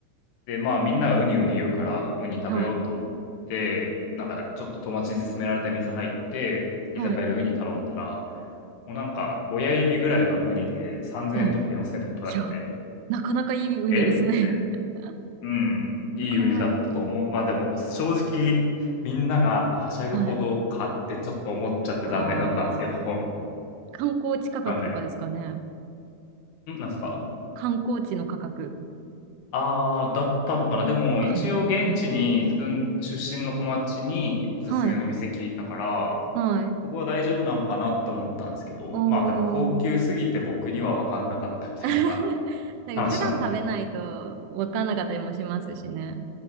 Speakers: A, on the left; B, on the right.
A: で、まあみんながウニウニ言うから、ウニ食べようと思って、
B: はい。
A: なんかちょっと友達に勧められた店入って、
B: はい。
A: 居酒屋でウニ頼んだら、もうなんか親指ぐらいのウニで3000円とか4000円とか取られて、
B: はい。いや、なかなかいいウニですね。
A: えって、
B: <laughs>
A: うん、いいウニだったと思う。
B: 高い。
A: まあでも正直みんながはしゃぐほど買ってちょっと思っちゃって残念だったんですけど、
B: はい。ああ、
A: わ
B: 観光地価格とかですかね。
A: かんない。んなんすか
B: 観光地の価格
A: ああ、だったのかな。でも、
B: かな。
A: 一応現地に住ん出身の友達におすすめの店聞いたから、
B: はい。はい。はい。
A: そこは大丈夫なのかなって思ったんですけど、
B: お
A: まあでも高級すぎて僕には分かんなかったみたいなのが
B: ー。<laughs> なんか普段食べないとわかんなかったりもしますしね。
A: 話なのかな。